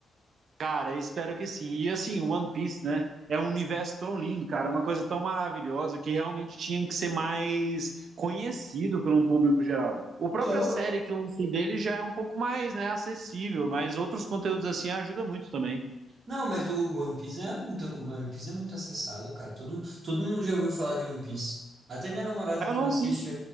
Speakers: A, on the right (about 65°); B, on the right (about 45°).
A: Cara, espero que sim. E assim, One Piece, né? É um universo tão lindo, cara, uma coisa tão maravilhosa que realmente tinha que ser mais conhecido pelo público geral. O própria
B: Ah,
A: série que lançou dele já é um pouco mais, né, acessível, mas outros conteúdos assim ajudam muito também.
B: Não, mas o One Piece é muito, o One Piece é muito acessado, cara. Todo, todo mundo já ouviu falar de One Piece. Até minha namorada
A: Ah,
B: que
A: não,
B: não assiste,
A: sim.